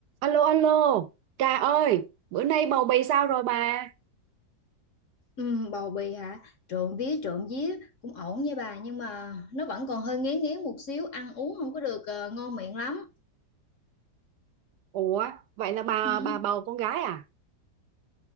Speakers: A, on the right (about 75°); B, on the left (about 60°).
A: Alo alo, Trà ơi, bữa nay bầu bì sao rồi bà?
B: Ừ, bầu bì hả? Trộn vía trộn vía cũng ổn nha bà nhưng mà nó vẫn còn hơi ngén ngén một xíu ăn uống không có được ờ, ngon miệng lắm.
A: Ủa, vậy là bà
B: Ừ.
A: bà bầu con gái à?